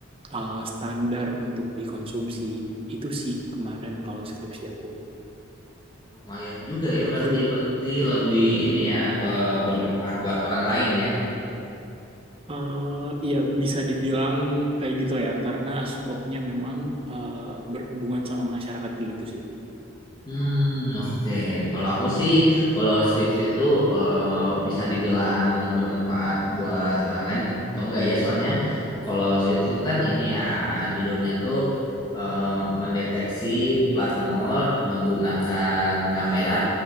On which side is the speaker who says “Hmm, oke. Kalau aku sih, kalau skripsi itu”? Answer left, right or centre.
Left